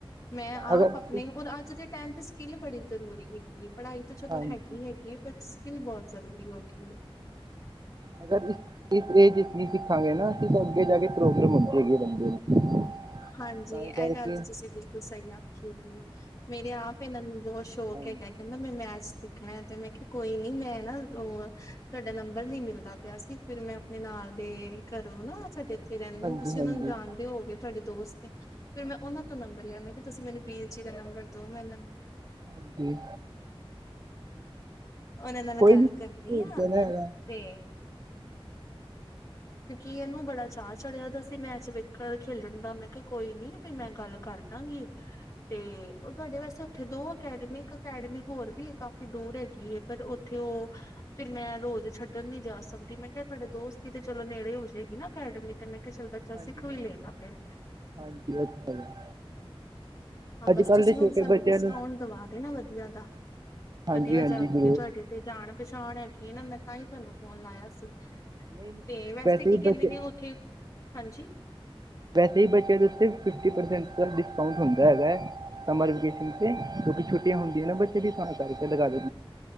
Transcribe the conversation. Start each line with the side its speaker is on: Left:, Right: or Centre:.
Left: ਮੈਂ ਆਪ
Right: ਅਗਰ
Left: ਅਪਣੇ ਔਰ ਅੱਜ ਦੇ ਟੈਮ ਚ ਸਕਿੱਲ ਬੜੀ ਜ਼ਰੂਰੀ ਹੈਗੀ ਏ ਪੜ੍ਹਾਈ ਤੇ ਚਲੋ
Right: ਹਾਂਜੀ
Left: ਹੈਗੀ-ਹੈਗੀ ਏ ਬਟ ਸਕਿਲ ਬੋਹਤ ਜ਼ਰੂਰੀ ਹੋ ਗਈ ਏ।
Right: ਅਗਰੀ ਇਸ ਏਜ ਇੱਚ ਨੀ ਸਿੱਖਾਂਗੇ ਨਾ <unintelligible> ਅੱਗੇ ਜਾ ਕੇ ਪ੍ਰੋਬਲਮ ਹੁੰਦੀ ਹੈਗੀ ਏ ਬੰਦੇ ਨੂੰ।
Left: ਹਾਂਜੀ
Right: ਤਾਂ
Left: ਏਹ
Right: ਹੀ ਕਰਕੇ
Left: ਗੱਲ ਤੇ ਤੁਸੀਂ ਬਿਲਕੁਲ ਸਈ ਆਖੀ ਹੈਗੀ, ਮੇਰੇ ਆਪ ਏਹਨਾਂ ਨੂੰ ਬੋਹਤ ਨੋਕ
Right: ਹਾਂ
Left: ਹੈਗਾ ਏ ਕੇਹੰ ਕੇਂਦਾ ਮੈਂ ਮੈਚ ਸਿੱਖਣਾ ਏ ਤੇ ਮੈਂ ਕੇਆ ਕੋਈ ਨੀ, ਮੈਂ ਨਾ ਉਹ ਤੁਆਡਾ ਨੰਬਰ ਨੀ ਮਿਲਦਾ ਪੇਆ ਸੀ ਫਿਰ ਮੈਂ ਨਾਲ ਦੇ ਘਰੋਂ ਨਾ, ਸਾਡੇ ਏਥੇ ਰੇਹੰਦੇ
Right: ਹਾਂਜੀ
Left: ਨੇ, ਤੁਸੀਂ
Right: ਹਾਂਜੀ
Left: ਉਹਨਾਂ ਨੂੰ ਜਾਣਦੇ ਹੋਓਗੇ? ਤੁਆਡੇ ਦੋਸਤ ਨੇ, ਫੇਰ ਮੈਂ ਉਹਨਾਂ ਤੋਂ ਨੰਬਰ ਲੇਆ ਮੈਂ ਕੇਹਾ ਤੁਸੀਂ ਮੈਨੂੰ ਵੀਰ ਜੀ ਦਾ ਨੰਬਰ ਦੋ, ਮੈਂ ਉਨਾਂ ਨੂੰ
Right: ਹਾਂਜੀ।
Left: ਉਹਨਾਂ ਨਾਲ
Right: ਕੋਈ
Left: ਗਾਲ
Right: ਨੀ
Left: ਕਰਦੀ
Right: ਭੇਜਦੇ
Left: ਆ,
Right: ਨਾ ਹੈਗਾ
Left: ਤੇ ਕਿਉਂਕਿ ਏਹਨੂੰ ਬੜਾ ਚਾਅ ਚੜੇਆ ਦਾ ਸੀ ਮੈਚ ਵੇਖਣ, ਖੇਲਨ ਦਾ ਮੈਂ ਕੇਹਾ ਕੋਈ ਨੀ, ਬੀ ਮੈਂ ਗੱਲ ਕਾਰ ਦਾਂਗੀ, ਤੇ ਉਹ ਤੁਆਡੇ ਵੈਸੇ ਉੱਥੇ ਦੋ ਅਕੈਡਮੀ, ਇੱਕ ਅਕੈਡਮੀ ਹੋਰ ਵੀ ਏ ਕਾਫ਼ੀ ਦੂਰ ਹੈਗੀ ਏ ਪਰ ਉਥੇ ਉਹ ਫਿਰ ਮੈਂ ਰੋਜ਼ ਛੱਡਣ ਨੀ ਜਾ ਸਕਦੀ। ਮੈਂ ਕੇਹਾ ਤੁਹਾਡੇ ਦੋਸਤ ਵੀ ਤੇ ਚਲੋ ਨੇੜੇ ਹੋ ਜੇ ਗੀ ਨਾ ਅਕੈਡਮੀ ਤੇ ਮੈਂ ਕੇਹਾ ਚਲ ਬ
Right: ਹਾਂਜੀ
Left: ਚਾ ਸਿੱਖ ਵੀ
Right: ਹਾਂਜੀ
Left: ਲੇਗਾ ਫੇਰ।
Right: ਹਾਂਜੀ ਇਹ ਤਾਂ ਹੈਗਾ
Left: ਹਾਂ
Right: ਅੱਜ
Left: ਬਸ
Right: ਕੱਲ੍ਹ
Left: ਤੁਸੀਂ
Right: ਦੇ ਛੋਟੇ
Left: ਹੁਣ ਸਾਨੂੰ
Right: ਬੱਚਿਆਂ
Left: ਡਿਸਕਾਊਂਟ
Right: ਨੂੰ
Left: ਦਵਾ ਦੇਨਾ ਵਧੀਆ ਦਾ।
Right: ਹਾਂਜੀ
Left: ਵਧੀਆ
Right: ਹਾਂਜੀ
Left: ਜਾ, ਕਿਉਂਕਿ
Right: ਜ਼ਰੂਰ
Left: ਤੁਹਾਡੇ ਤੇ ਜਾਣ ਪਛਾਣ ਹੈਗੀ ਨਾ, ਮੈਂ ਤਾਂ ਈ ਤੁਹਾਨੂੰ ਫੋਨ ਲਾਏਆ ਸੀ।
Right: ਨਹੀਂ ਨਹੀਂ
Left: ਤੇ ਵੈਸੇ ਕੀ
Right: ਹੀ
Left: ਕੇਹੰਦੇ
Right: ਬੱਚੇ
Left: ਨੇ ਓਥੇ, ਹਾਂਜੀ?
Right: ਵੈਸੇ ਈ ਬਚੇਆ ਦੇ ਉੱਤੇ ਫਿਫਟੀ ਪਰਸੈਂਟ ਦਾ ਡਿਸਕਾਊਂਟ ਹੁੰਦਾ ਹੈਗਾ ਏ। ਸਮਰ ਵੇਕੇਸ਼ਨ ਤੇ, ਕਿਉਕਿ ਛੁੱਟੀਆਂ ਹੁੰਦੀਆਂ ਨਾ, ਬੱਚੇ ਵੀ ਸ ਕਰਕੇ ਲਗਾਵਾਦੇ